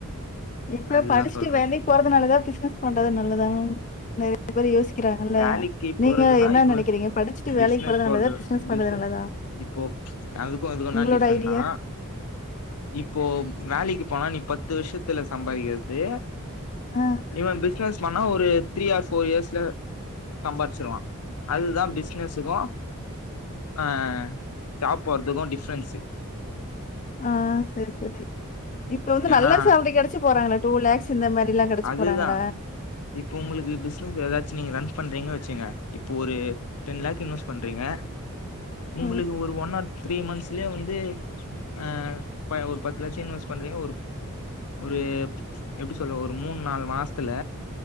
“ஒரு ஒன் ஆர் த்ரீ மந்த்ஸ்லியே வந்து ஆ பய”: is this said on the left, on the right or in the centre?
Left